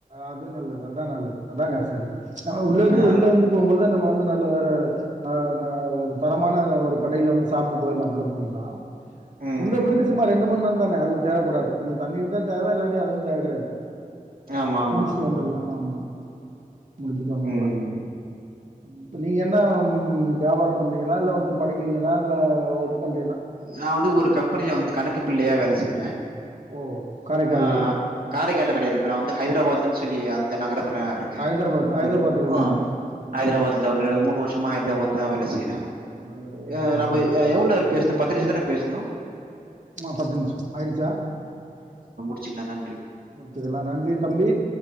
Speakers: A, on the right (about 55°); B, on the right (about 80°).
A: அது நல்லது அதா நல்லது அதாங்க சரி நம்ம உள்ள இருந்து
B: அ
A: வெளில வந்து போகும்போதுதா நம்ம வந்து நல்ல வேற ஆ நா ஒரு தரமான ஒரு கடையில வந்து சாப்ட்டு போயிடலா உள்ள போயிடலா
B: ம்.
A: உள்ள போயிட்டு சும்மா ரெண்டு மணி நேர தானே அது தேவைப்படாது கொஞ்ச தண்ணி இருந்த தேவ இல்லாடி அதுவு தேவ கெடையாது
B: ஆமா, ஆமா,
A: முடிச்சுட்டு
B: ஆமா,
A: வந்துரலா ஆமா முடிச்சுட்டு வந்துரலா
B: ம்.
A: இப்ப நீங்க என்ன ம் வியாபாரம் பண்றீங்களா இல்ல வந்து படிக்கிறீங்களா இல்ல ஒர்க் பண்றீங்களா
B: நா வந்து ஒரு கம்பெனியில வந்து கணக்கு பிள்ளையா வேல செய்யறே
A: ஓ! காரைக்கால்லே.
B: ஆ காரைகால்ல கெடையாது இப்ப நா வந்து ஹைதராபாத்லன்னு சொல்லி அந்த நகரத்த துல இருக்கே
A: ஹைதராபாத் ஹைதராபாத்ல
B: ஒரு
A: இருக்கீங்க.
B: ஆ ஹதராபாத்துலதா
A: ஓ!
B: ஒரு மூனு வருஷமா ஹைதராபாத்லதா வேல செய்ற
A: நல்லது நல்லது.
B: ஏ
A: சந்தோஷம்.
B: நம்ம எ எவ்ளோ நேர பேசணு ம் பத்து நிமிஷ தான பேசனோ
A: ஆ பத்து நிமிஷம் ஆயிடுச்சா
B: ச்சிங்களா நன்றி
A: முடிச்சுக்கலா நன்றி தம்பி